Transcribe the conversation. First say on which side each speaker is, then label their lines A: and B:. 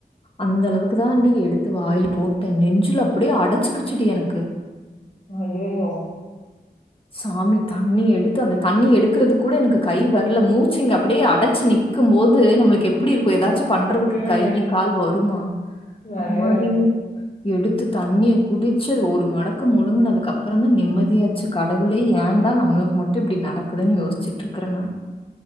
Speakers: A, on the left; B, on the left.
A: அந்த அளவுக்கு தான்டி எடுத்து வாயில போட்ட நெஞ்சில அப்படியே அடச்சிக்கிச்சுடி எனக்கு
B: அய்யயோ
A: சாமி தண்ணி எடுத்து அந்த தண்ணி எடுக்கறது கூட எனக்கு கை வரல மூச்சு இங்க அப்படியே அடச்சு நிக் க்கும் போது நம்மளுக்கு எப்படி இருக்கும் ஏதாச்சும் பண்றதுக்கு
B: ம்.
A: கைய் கால் வருமா
B: வரவே
A: அம்மாடி
B: வராது.
A: எடுத்து தண்ணிய குடிச்சு ஒரு மடக்கு மு முழுங்குனதுக்கப்பறந்தா நிம்மதியாச்சு கடவுளே ஏன்டா நம்மளுக்கு மட்டு இப்டி நடக்குதுன்னு யோசிச்சிட்டுருக்கறே நான்